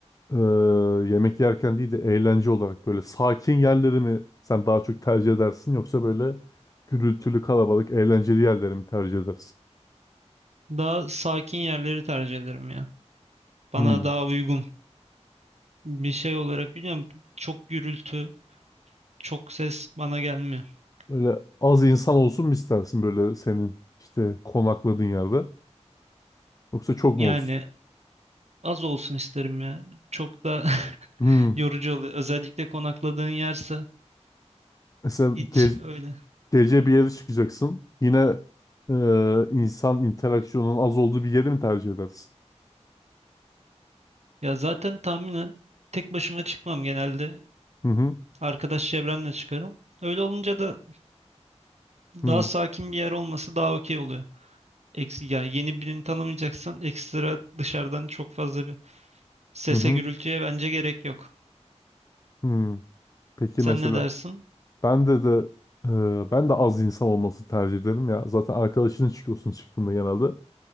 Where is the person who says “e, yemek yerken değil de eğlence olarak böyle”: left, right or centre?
Left